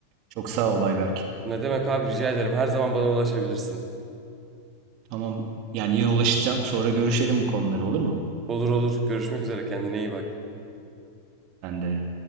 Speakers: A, on the right; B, on the right.
A: Çok sağ ol Ayberk.
B: Ne demek abi rica ederim. Her zaman bana ulaşabilirsin.
A: Tamam yani yine ulaşacağım. Sonra görüşelim bu konuları olur mu?
B: Olur olur. Görüşmek üzere. Kendine iyi bak.
A: Ben de.